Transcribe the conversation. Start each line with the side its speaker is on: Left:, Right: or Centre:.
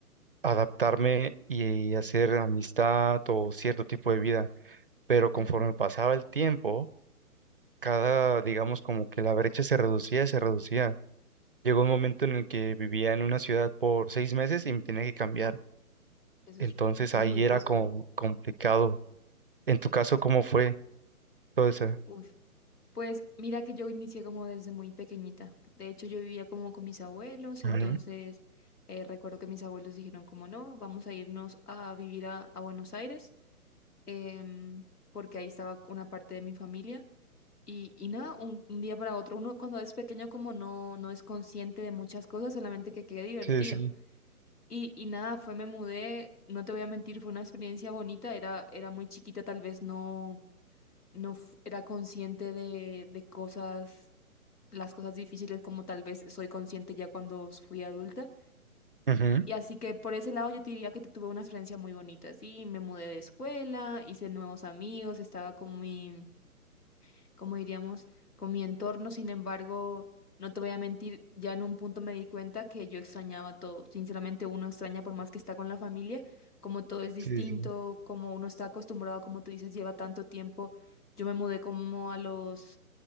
Right: adaptarme y hacer amistad o cierto tipo de vida. Pero
Left: claro.
Right: conforme pasaba el tiempo, cada, digamos, como que la brecha se reducía, se reducía. Llegó un momento en el que vivía en una ciudad por seis meses y me tenía que cambiar.
Left: Uf, eso
Right: Entonces
Left: es, eso
Right: ahí
Left: es muy poco.
Right: era como complicado. En tu caso, ¿cómo fue todo eso?
Left: Uf. Pues mira que yo inicié como desde muy pequeñita. De hecho, yo vivía como con mis abuelos,
Right: Ujú.
Left: entonces eh, recuerdo que mis abuelos dijeron como no, vamos a irnos a vivir a, a Buenos Aires, em, porque ahí estaba una parte de mi familia. Y, y nada, un, un día para otro, uno cuando es pequeño como no, no es consciente de muchas cosas, solamente que quede divertido.
Right: Sí, sí.
Left: Y, y nada, fue, me mudé, no te voy a mentir, fue una experiencia bonita, era, era muy chiquita, tal vez no, no fu- era consciente de, de cosas las cosas difíciles como tal vez soy consciente ya cuando fui adulta.
Right: Ujú.
Left: Y así que por ese lado yo te diría que te- tuve una experiencia muy bonita, sí, me mudé de escuela, hice nuevos amigos, estaba con mi como diríamos, con mi entorno. Sin embargo, no te voy a mentir, ya en un punto me di cuenta que yo extrañaba todo. Sinceramente, uno extraña por más que está con la familia, como todo es distinto,
Right: Sí, sí.
Left: como uno está acostumbrado, como tú dices, lleva tanto tiempo. Yo me mudé como a los...